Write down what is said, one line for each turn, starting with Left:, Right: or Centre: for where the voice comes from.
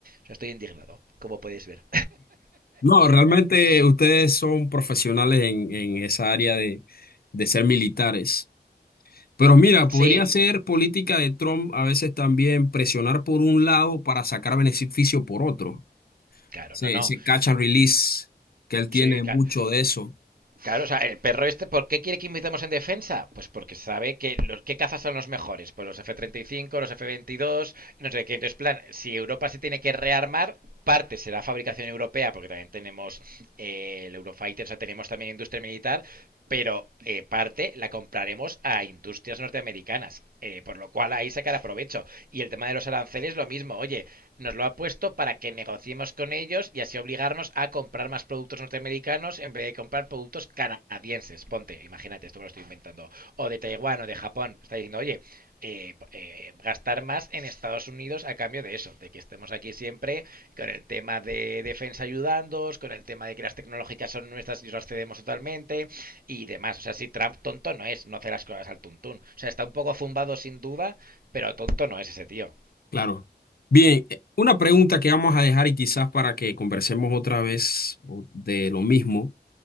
Right: sea, estoy indignado, como podéis ver.
Left: No, realmente ustedes son profesionales en, en esa área de, de ser militares. Pero mira, podría
Right: Sí,
Left: ser política de Trump a veces también presionar por un lado para sacar beneficio por otro.
Right: Claro,
Left: Ese,
Right: no, no.
Left: ese catch and release que él tiene
Right: Sí, claro.
Left: mucho de eso.
Right: claro, o sea, el perro este, ¿por qué quiere que invitemos en defensa? Pues porque sabe que los que cazas son los mejores, pues los F-35, los F-22, no sé qué. Entonces, plan, si Europa se tiene que rearmar, parte será fabricación europea, porque también tenemos eh, el Eurofighter, o sea, tenemos también industria militar, pero eh, parte la compraremos a industrias norteamericanas, eh, por lo cual ahí sacará provecho. Y el tema de los aranceles, lo mismo, oye, nos lo ha puesto para que negociemos con ellos y así obligarnos a comprar más productos norteamericanos en vez de comprar productos canadienses. Ponte, imagínate, esto me lo estoy inventando. O de Taiwán o de Japón. Está diciendo, oye, eh, eh, gastar más en Estados Unidos a cambio de eso, de que estemos aquí siempre con el tema de defensa ayudándoos, con el tema de que las tecnológicas son nuestras y os las cedemos totalmente y demás. O sea, si Trump tonto no es, no hace las cosas al tuntún. O sea, está un poco zumbado sin duda, pero tonto no es ese tío.
Left: Claro. Bien, eh, una pregunta que vamos a dejar y quizás para que conversemos otra vez o- de lo mismo.